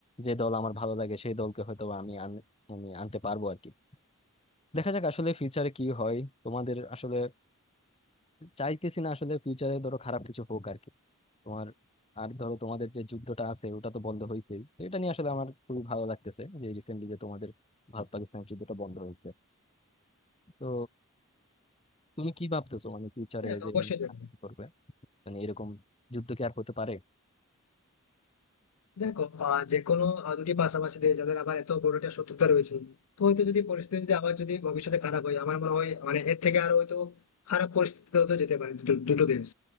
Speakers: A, on the left; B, on the left.
A: যে দল আমার ভালো লাগে সেই দলকে হয়তো বা আমি আন- মানে আনতে পারবো আর কি দেখা যাক আসলে ফিউচারে কি হয় তোমাদের আসলে চাইতেছি না আসলে ফিউচারে ধরো খারাপ কিছু হোক আর কি তোমার আর ধরো তোমাদের যে যুদ্ধটা আছে ওটা তো বন্ধ হয়েছেই তো এটা নিয়ে আসলে আমার খুবই ভালো লাগতেছে যে রিসেন্টলি যে তোমাদের ভারত পাকিস্তানের যুদ্ধটা বন্ধ হয়েছে তো তুমি কি ভাবতেছো মানে ফিউচারে
B: হ্যাঁ
A: যে
B: অবশ্যই দেখো
A: কি করবে মানে এরকম যুদ্ধ কি আর হতে পারে
B: দেখো আহ, যে কোনো আহ, দুটি পাশাপাশি দিয়ে যাদের আবার এত বড় একটা শত্রুতা রয়েছে তো হয়তো যদি পরিস্থিতি যদি আবার যদি ভবিষ্যতে খারাপ হয় আমার মনে হয় মানে এর থেকে আরো হয়তো খারাপ পরিস্থিতি হতে যেতে পারে দুটো দুটো দেশ